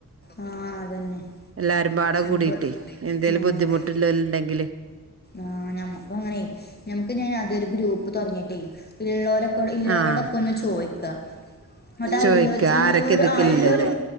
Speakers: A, on the left; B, on the right.
A: ആഹ് അതന്നെ
B: എല്ലാരും പാടെ
A: നമുക്ക്
B: കൂടിട്ടേ എന്തേലും
A: ആഹ്
B: ബുദ്ധിമുട്ടില്ലോല് ഇണ്ടെങ്കില്
A: ആഹ് ഞമ്മക്കു അങ്ങനെ ഞമ്മക്ക് ഇഞ് ആദ്യൊരു ഗ്രൂപ്പ് തൊടങ്ങീട്ടെ ഇള്ളോരെ ഇള്ളരോടൊക്കൊന്ന്
B: ആഹ്
A: ചോയ്ക്ക ഇങ്ങട്ടാ
B: ചോയിക്ക
A: ഇല്ലോര് ഇല്ലോരും
B: ആരൊക്കെ ഇതിക്കില്ലത്
A: ആഹ് ഇല്ലോരും